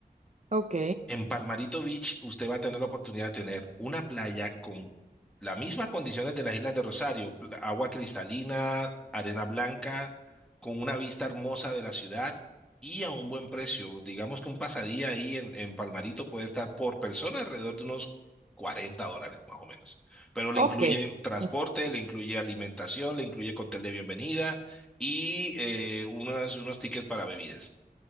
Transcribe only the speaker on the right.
Ok.
Ok.
<laughs>